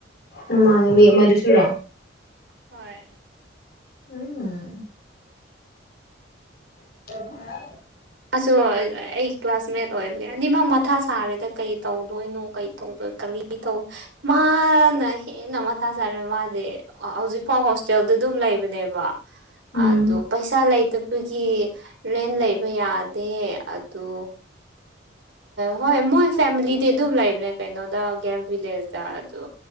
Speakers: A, on the left (about 50°); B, on the right (about 70°).
A: ꯅꯃꯥꯟꯅꯕꯤ ꯑꯃꯗꯨꯁꯨꯔꯣ
B: ꯍꯣꯏ
A: ꯎꯝ <unintelligible>
B: ꯑꯁꯣ ꯑꯩ ꯀ꯭ꯂꯥꯁꯃꯦꯠ ꯑꯣꯏꯕꯒꯤ ꯑꯅꯤꯃꯛ ꯃꯊꯥ ꯁꯥꯔꯦꯗ ꯀꯩ ꯇꯧꯗꯣꯏꯅꯣ ꯀꯩ ꯇꯧꯗꯣꯏ ꯀꯔꯤ ꯏꯇꯧ ꯃꯥꯅ ꯍꯦꯟꯅ ꯃꯊꯥ ꯁꯥꯔꯦ ꯃꯥꯗꯤ ꯑ ꯍꯧꯖꯤꯛꯐꯥꯎ ꯍꯣꯁꯇꯦꯜꯗ ꯑꯗꯨꯝ ꯂꯩꯕꯅꯦꯕ
A: ꯎꯝ
B: ꯑꯗꯨ ꯄꯩꯁꯥ ꯂꯩꯇꯕꯒꯤ ꯔꯦꯟ ꯂꯩ ꯕ ꯌꯥꯗꯦ ꯑꯗꯨ ꯍꯣꯏ ꯑꯦ ꯃꯣꯏ ꯐꯦꯃꯤꯂꯤꯗꯤ ꯑꯗꯨꯝ ꯂꯩꯕꯅꯦ ꯀꯩꯅꯣꯗ ꯒꯦꯝꯚꯤꯂꯦꯖꯗ ꯑꯗꯨ